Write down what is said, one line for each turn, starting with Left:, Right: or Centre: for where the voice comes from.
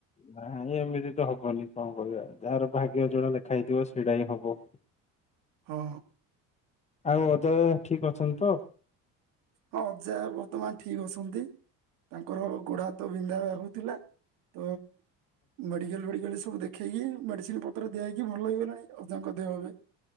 Left: ନାଇଁ ଏମିତି ତ ହବନି କଣ କରିବା। ଯାହାର ଭାଗ୍ୟରେ ଯୋଉଟା ଲେଖା ହେଇଥିବ ସେଇଟା ହିଁ ହବ।
Right: ହଁ।
Left: ଆଉ ଅଜା ଠିକ ଅଛନ୍ତି ତ?
Right: ହଁ ଅଜା ବର୍ତ୍ତମାନ ଠିକ ଅଛନ୍ତି। ତାଙ୍କର ଗୋଢ ହାତ ବିନ୍ଧା ବା ହଉଥିଲା। ତ ମେଡିିକାଲ ଫେଡିକାଲ ସବୁ ଦେଖେଇକି ମେଡିସିନ ପତ୍ର ଦିଆ ହେଇକି ଭଲ ହେଇଗଲାଣି ଅଜାଙ୍କ ଦେହ ଏବେ।